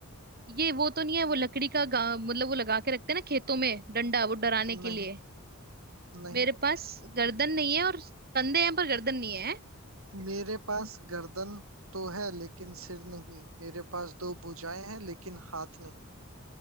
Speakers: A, on the right; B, on the right.
A: ये वो तो नहीं है वो लकड़ी का गा- मतलब वो लगा के रखते हैं ना खेतों में डंडा वो डराने
B: नहीं
A: के लिए
B: नहीं
A: मेरे पास गर्दन नहीं है और कंधे हैं पर गर्दन नहीं है
B: मेरे पास गर्दन तो है लेकिन सिर नहीं मेरे पास दो भुजाएं हैं लेकिन हाथ नहीं